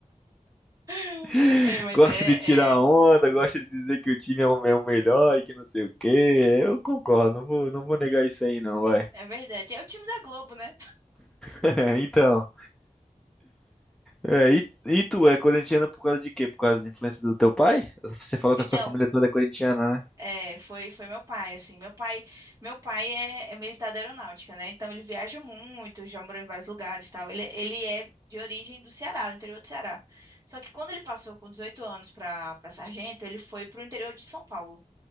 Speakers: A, on the right; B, in the centre.
A: <laughs>
B: <laughs>
A: É, mas
B: Gosta
A: é,
B: de tirar onda,
A: é,
B: gosta de dizer que o time é o é o melhor e que não sei o quê. Eu concordo, não vou, não vou negar isso aí não, vai.
A: é verdade. É o time da Globo, né?
B: <laughs> Então, é, e, e tu é corintiana por causa de quê? Por causa da influência do teu pai? Você falou
A: Então,
B: que a sua família toda é corintiana, né?
A: É, foi, foi meu pai, assim, meu pai, meu pai é, é militar da aeronáutica, né, então ele viaja muito, já morou em vários lugares, e tal, ele, ele é de origem do Ceará, do interior do Ceará, só que quando ele passou com 18 anos para para sargento, ele foi pro interior de São Paulo,